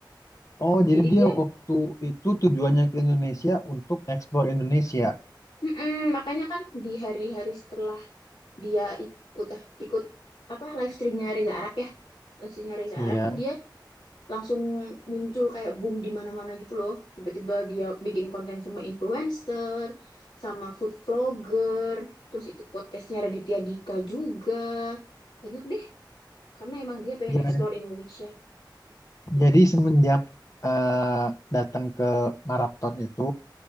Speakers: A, on the left (about 40°); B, on the left (about 85°).
A: Oh, jadi
B: jadi
A: dia
B: dia
A: waktu itu tujuannya ke Indonesia untuk ekspor Indonesia.
B: Mm-mm, makanya kan di hari-hari setelah dia ikut ah, ikut apa live streamnya Reza Arab ya live streamnya Reza
A: Iya.
B: Arab tuh dia langsung muncul kayak boom di mana-mana gitu loh tiba-tiba dia bikin konten sama influencer sama food vlogger terus ikut podcastnya Raditya Dika juga banyak deh karena emang dia pengen
A: Ja-
B: explore Indonesia
A: Jadi semenjak eh, datang ke Marathon itu